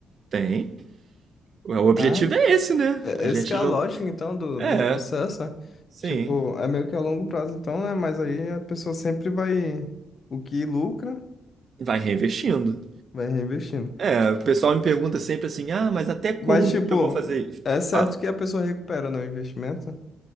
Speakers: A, on the right; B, on the left.
A: tem. Ué, o objetivo
B: Ah,
A: é esse, né?
B: é-
A: A gente
B: esse que é
A: jun-
B: a lógica, então, do,
A: É,
B: do processo. né?
A: sim.
B: Tipo, é meio que a longo prazo, então, né? Mas aí a pessoa sempre vai. O que lucra,
A: Vai reinvestindo.
B: vai reinvestindo.
A: É, o pessoal me pergunta sempre assim, ah, mas até quando
B: Mas, tipo,
A: que eu vou fazer isso?
B: é certo
A: Fala.
B: que a pessoa recupera no investimento.